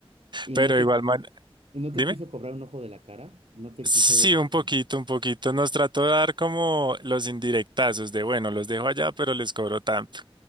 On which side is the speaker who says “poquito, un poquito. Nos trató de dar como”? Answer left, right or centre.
Right